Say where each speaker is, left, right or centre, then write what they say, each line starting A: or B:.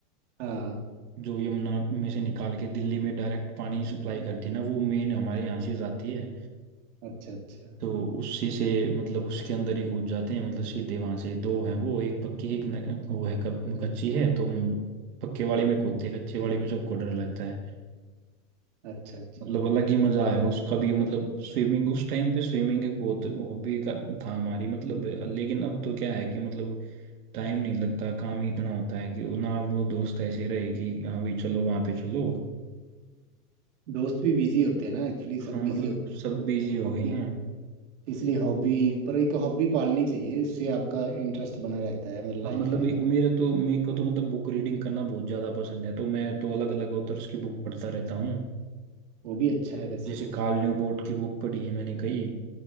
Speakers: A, on the right; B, on the right.
A: हाँ
B: जो यमुना में से निकाल के दिल्ली में डायरेक्ट पानी सप्लाई करती है ना वो मेन हमारे यहाँ से जाती है
A: अच्छा अच्छा
B: तो उसी से मतलब उसके अंदर ही कूद जाते हैं मतलब सीधे वहां से दो हैं वो एक पक्की है, एक न, वो है क- कच्ची है तो हम पक्के वाली में कूदते हैं कच्चे वाली में सबको डर लगता है
A: अच्छा अच्छा
B: मतलब अलग ही मजा है उसका भी मतलब स्विमिंग उस टाइम पे स्विमिंग एक बहुत हॉबी का था हमारी मतलब लेकिन अब तो क्या है कि मतलब टाइम नहीं लगता काम ही इतना होता है कि ना वो दोस्त ऐसे रहे कि हाँ भाई चलो वहां पे चलो
A: दोस्त भी बिजी होते हैं ना एक्चुअली सब
B: हाँ मतलब
A: बिजी होते
B: सब बिजी हो गए हैं
A: हैं इसलिए हॉबी पर एक हॉबी पालनी चाहिए इससे आपका इंटरेस्ट बना रहता है मतलब
B: हाँ
A: लाइफ
B: मतलब
A: में
B: एक
A: ना
B: मेरे तो मेरे को तो मतलब बुक रीडिंग करना बहुत ज़्यादा पसंद है तो मैं तो अलग अलग ऑथर्स की बुक पढ़ता रहता हूँ
A: वो भी अच्छा है वैसे
B: जैसे कार्ल न्यूपोर्ट की बुक पढ़ी है मैंने कई